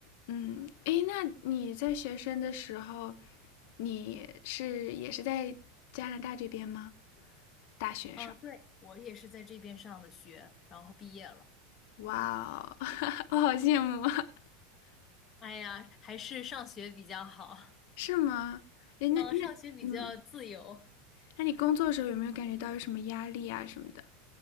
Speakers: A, on the left (about 55°); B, on the left (about 25°).
A: 嗯，诶，那你在学生的时候，你是也是在加拿大这边吗？大学生，
B: 啊，对，我也是在这边上的学，然后毕业了。
A: 哇哦，<laughs> 我好羡慕啊，
B: 哎呀，还是上学比较好，
A: 是吗？
B: <laughs>
A: 诶，那那嗯，
B: 嗯，上学比较自由。
A: 那你工作的时候有没有感觉到有什么压力啊什么的？